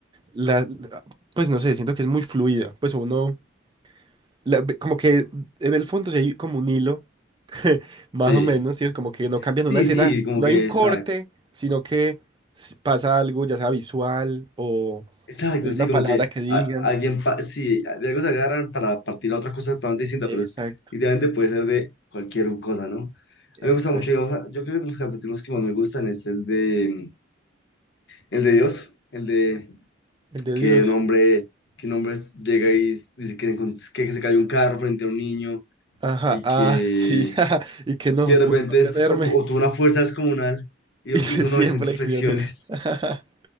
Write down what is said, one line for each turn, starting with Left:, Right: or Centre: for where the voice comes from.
Right: la, la- pues no sé, siento que es muy fluida. Pues uno... la- ve- como que en el fondo sí hay como un hilo, <laughs> más
Left: sí,
Right: o menos, ¿cierto? Como que no cambian
Left: sí,
Right: una escena,
Left: sí, como
Right: no
Left: que
Right: hay un corte,
Left: exacto,
Right: sino que s- pasa algo, ya sea visual o
Left: exacto,
Right: o una
Left: sí, como
Right: palabra
Left: que
Right: que digan.
Left: a- alguien, pa- sí, de algo se agarran para partir a otra cosa totalmente distinta,
Right: Exacto,
Left: pero es, idealmente puede ser de cualquier cosa, ¿no?
Right: exacto.
Left: A mí me gusta mucho, digamos, a- yo creo que de los capítulos que más me gustan es el de... El de Dios, el de
Right: El de
Left: que
Right: Dios.
Left: un hombre, que un hombre llega y s- dice que, encont- que se cayó un carro frente a un niño
Right: Ajá,
Left: y
Right: ah,
Left: que,
Right: sí, <laughs> ajá, y que
Left: y
Right: no
Left: que de
Right: pude
Left: repente
Right: contenerme.
Left: es- o tu-
Right: <laughs>
Left: o tuvo una fuerza descomunal y
Right: Hice
Left: hizo
Right: 100
Left: 900
Right: flexiones.
Left: flexiones.
Right: <laughs>